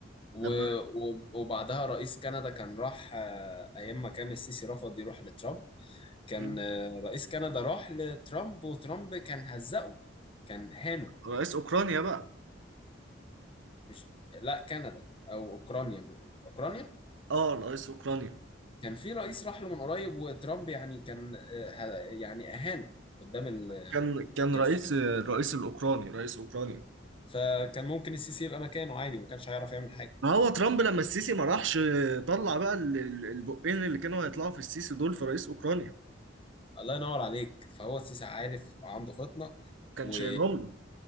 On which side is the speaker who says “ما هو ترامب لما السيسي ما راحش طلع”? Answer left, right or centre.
Right